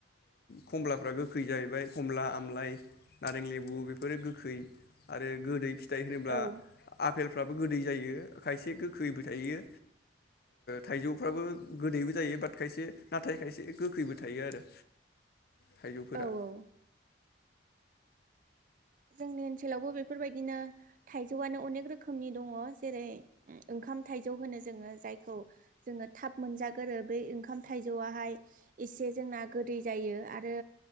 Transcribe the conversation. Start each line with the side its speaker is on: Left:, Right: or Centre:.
Left: खमलाफ्रा गोखै जाहैबाय खमला आमलाय नारें लेबु बेफोरो गोखै आरो गोदै फिथाइ होनोब्ला
Right: औ
Left: फेलफ्राबो गोदै जायो खायसे गोखैबो थायो थाइजौफ्राबो गोदैबो जायो बाट खायसे नाथाय खायसे गोखैबो थायो आरो। थाइजौफोरा
Right: औ औ जोंनि ओनसोलावबो बेफोरबायदिनो थाइजौआनो अनेक रोखोमनि दङ जेरै ओंखाम थाइजौ होनो जोङो जायखौ जोङो थाब मोनजागोरो बे ओंखाम थाइजौआहाय एसे जोंना गोदै जायो आरो